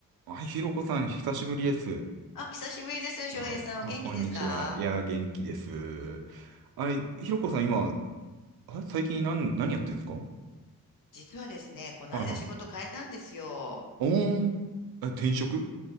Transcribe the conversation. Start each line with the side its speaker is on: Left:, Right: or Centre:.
Right: はい、ひろこさん、久しぶりです。
Left: あ、久しぶりです、翔平さん。
Right: あ、あこんにちは。
Left: お元気ですか
Right: いや、元気です。あれ、ひろこさん、今、あ、最近何、何やってんですかは
Left: 実はですね、この間仕事変えたんですよ。
Right: いはい。おーん。え、転職